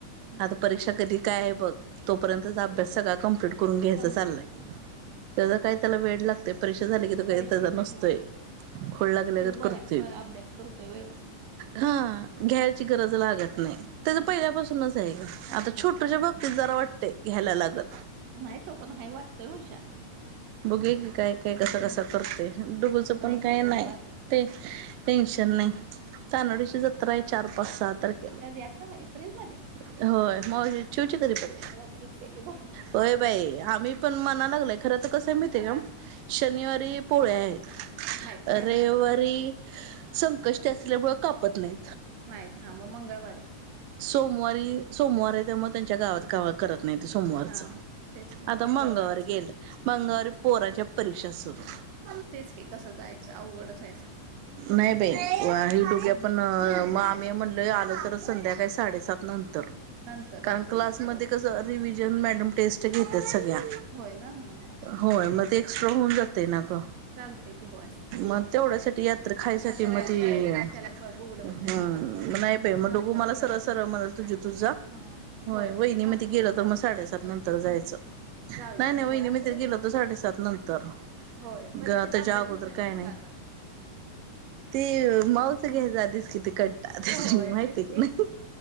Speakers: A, on the right; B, on the right.
A: हा
B: आता
A: हा
B: परीक्षा कधी काय ये बघ तोपर्यंतचा अभ्यास सगळा कम्प्लीट करून घ्यायच
A: कम्प्लीट
B: चाललंय.
A: हो
B: त्याचा काय त्याला वेड लागतंय परीक्षा झाली की तो
A: परीक्षेत
B: काय त्याचा नसतोय
A: हो
B: खुळ लागल्यागत
A: तेच बरं
B: करतोय.
A: आहे प- अभ्यास करतोय व्यवस
B: हां घ्यायची गरज लागत नाय.
A: नाही
B: त्याज
A: होय
B: पहिल्यापासूनच आहे आता छोटूच्या
A: होय
B: बाबतीत जरा वाटतंय घ्यायला लागलं.
A: नाय तो पण हाय वाटतोय हुशार.
B: बघूया की काय काय कसा
A: हम्म
B: कसा करतोय डुगूच
A: नाही
B: पण काय नाय
A: त्याचं वाटत
B: ते टेंशन
A: हम्म
B: नाय. चांदोडेची जत्राय चार पाच सहा तारख
A: कधी आता एप्रिलमध्ये?
B: होय माव चिवची कधी परी
A: घेतले की बरोबर
B: होय बाई आम्ही पण म्हणा लागलाय खर तर कसंय माहितीये
A: हा
B: का शनिवारी पोळ्या ये.
A: आहेत
B: रविवारी
A: काय हा हा
B: संकष्टी असल्यामुळं कापत नाय
A: नाहीत हां मग मंगळवारी
B: सोमवारी सोमवाराय त्यामुळं त्यांच्या गावात गाव करत नाय ते सोमवारच
A: हा मग तेच की मग
B: आता
A: मंगळवारच
B: मंगळवारी गेलं
A: हम्म.
B: मंगळवारी पोराच्या परीक्षा सुरू
A: तेच की कसं जायचं अवघडच हाय सगळं.
B: नाय बाई <unintelligible>
A: हम्म.
B: पण मग आम्ही म्हणलो आलो तर संध्याकाळी साडेसात नंतर.
A: नंतर
B: कारण
A: रात्रीच
B: क्लासमध्ये
A: होय
B: कसं रिव्हिजन मॅडम टेस्ट घेत्यात सगळ्या
A: होय ना हम्म.
B: होय मग ते एक्स्ट्रा होऊन जातय ना गं.
A: चालतंय की होय.
B: मग तेवढ्यासाठी यात्र खायसाठी
A: त्यासाठी
B: मग ते
A: कशाला प बुडवताय
B: हम्म
A: नकाच बुडवू.
B: नाय बाई मग
A: नंतरच
B: डुगु मला म्हणलं
A: जावा
B: सरळ सरळ म्हणलं तुझी तू जा.
A: हम्म
B: होय वहिनी
A: मी
B: म्हणते
A: थांबतो
B: गेलं
A: म्हणाल.
B: तर मग साडेसात नंतर जायचं.
A: जायचं
B: नाय नाय वहिणी
A: होय असू
B: म्हणत्यात
A: दे की
B: गेलो
A: काय
B: तर
A: त्याला
B: साडेसात नंतर
A: होय परीक्षेचा
B: ग त्याच्या
A: अभ्यास
B: अगोदर
A: होतोय ना
B: काय
A: मुलाचा
B: नाय. ते मावस
A: हम्म
B: घ्यायच्या आधीच किती कंटाळते
A: होय
B: माहिते
A: तेच
B: की नाय.